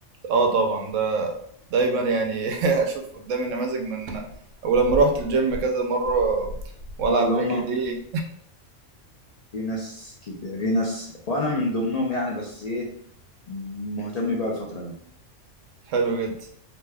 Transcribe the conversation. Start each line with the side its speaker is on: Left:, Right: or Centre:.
Right: اه طبعا ده دايما يعني <laughs> اشوف قدامي نماذج من او لما روحت الجيم كذا مره والعب
Left: اه اللي هم
Right: رجل دي
Left: في ناس كتير في ناس وانا من ضمنهم يعني بس ايه مهتم بقى الفترة دي
Right: حلو جدا